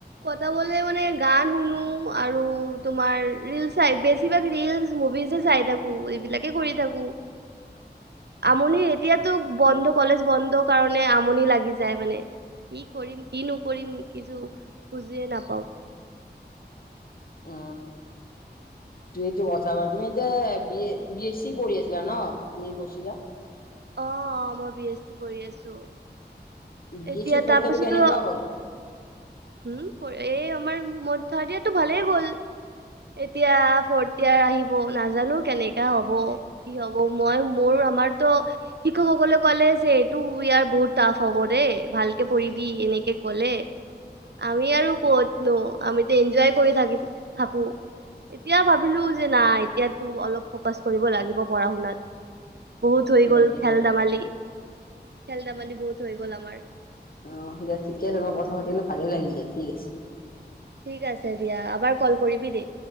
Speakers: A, on the right; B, on the left.
A: কটাবলে মানে গান শুনো আৰু তোমাৰ ৰিল চাইবে বেছিভাগ ৰিলচ মুভিজে চাই থাকো এইবিলাকে কৰি থাকো।
B: <unintelligible>
A: আমনি এতিয়াতো বন্ধ কলেজ বন্ধ কাৰণে আমনি লাগি যায় মানে কি কৰিম কি নকৰিম? কিছু বুজিয়ে নাপাও।
B: অ। তুমিটো কথাবাৰ তুমি ত বিএ বি এছ চি পঢ়ি আছিলা ন তুমি কৈছিলা।
A: অ অ মই বি এছ চি পঢ়ি আছো।
B: বি
A: এতিয়া
B: এছ চি পৰীক্ষাটো
A: তাৰপিছতো
B: কেনেকুৱা হ'ল
A: হম এই আমাৰ ম দিয়াটো ভালেই গ'ল এতিয়া ফৰ্থ ইয়াৰ আহিব নাজানো কেনেকা হব কি হব মই মোৰ আমাৰতো শিক্ষকসকলে ক'লে যে এইটো ইয়াৰ বহুত টাফ হব দে ভালকে পঢ়িবি এনেকে কলে আমি আৰু ক'তনো আমিতো এনজয় কৰি থাকিম থাকো এতিয়া ভাবিলো যে নাই এতিয়াতো অলপ ফকাচ কৰিব লাগিব পঢ়া শুনাত বহুত
B: অ এইটো
A: হৈ গল
B: লাগিবই
A: খেল ধেমালি খেল ধেমালি বহুত হৈ গ'ল আমাৰ
B: অ দিয়া ঠিকে আছে মই কথা পাতি মোৰ ভালেই লাগিল দিয়া ঠিক আছে
A: ঠিক আছে দিয়া আবাৰ কল কৰিবি দেই